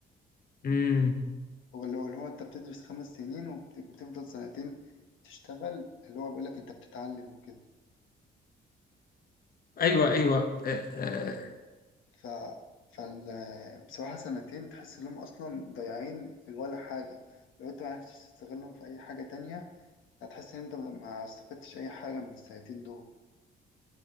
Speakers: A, on the left; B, on the left.
A: امم
B: هو اللي هو اللي هو انت بتدرس خمس سنين وبتفضل سنتين تشتغل اللي هو بيقول لك انت بتتعلم وكده
A: أيوة أيوة آه آه
B: ف فال بصراحة سنتين تحس انهم اصلا ضايعين في ولا حاجة لو انت ما عرفتش تستغلهم في اي حاجة تانية هتحس ان انت ما ما استفدتش اي حاجة من السنتين دول